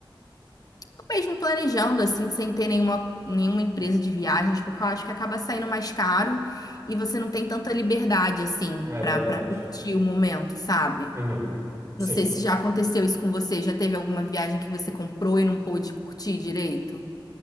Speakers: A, on the left; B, on the right.
A: Eu mesmo planejando, assim, sem ter nenhuma, nenhuma empresa de viagens, porque eu acho que acaba saindo mais caro e você não tem tanta liberdade, assim,
B: É
A: pra,
B: verdade.
A: pra curtir o momento, sabe?
B: Uhum, sim.
A: Não sei se já aconteceu isso com você. Já teve alguma viagem que você comprou e não pôde curtir direito?